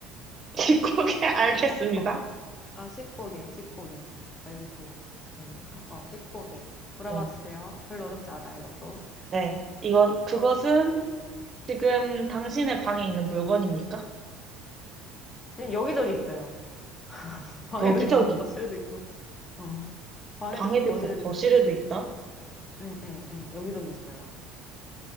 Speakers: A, on the right; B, on the left.
A: <laughs> 집고개 알겠습니다.
B: <laughs> 아, 씻고개, 씻고개. 아, 여기 더 애매한가? 어, 씻고개. 물어봐
A: 응
B: 주세요. 별로 어렵지 않아요, 이것도.
A: 네. 이건, 그것은 지금 당신의 방에 있는 물건입니까?
B: 지금 여기저기 있어요. <laughs> 방에도
A: 여기저기
B: 있고, 거실에도 있고. 어, 방에도
A: 방에도
B: 있고, 거실에도
A: 있고 거실에도
B: 있고.
A: 있다?
B: 네, 네, 네. 여기저기 있어요.